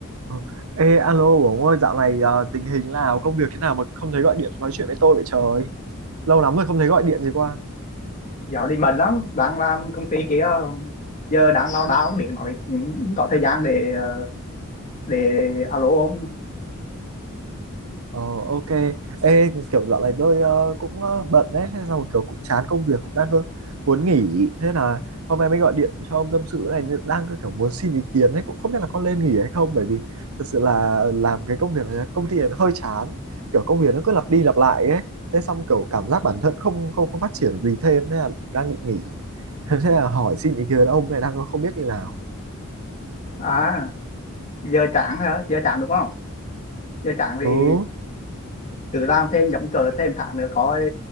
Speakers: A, on the right (about 80°); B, on the left (about 35°).
A: Ờ. Ê, alo Bổng ơi, dạo này ờ, tình hình nào, công việc thế nào mà không thấy gọi điện nói chuyện với tôi vậy trời? Lâu lắm rồi không thấy gọi điện gì qua.
B: dạo đi bận lắm đang làm công ty kia giờ đang lao đao không biết nói có thời gian để ờ, để alo không
A: Ờ ok Ê kiểu dạo này tôi ờ, cũng ờ, bận đấy Thế xong kiểu cũng chán công việc cũng đang cơ, muốn nghỉ Thế là hôm nay mới gọi điện cho ông tâm sự này Đang cơ kiểu muốn xin ý kiến đấy Cũng không biết là có nên nghỉ hay không Bởi vì thật sự là làm cái công việc này công ty này nó hơi chán Kiểu công việc nó cứ lặp đi lặp lại ấy Thế xong kiểu cảm giác bản thân không không không phát triển được gì thêm Thế là đang định nghỉ <laughs> Thế là hỏi xin ý kiến ông này đang không biết như nào
B: à giờ chán hả giờ chán đúng không giờ chán thì
A: Ừ
B: cứ làm thêm giống cờ thêm tháng nữa coi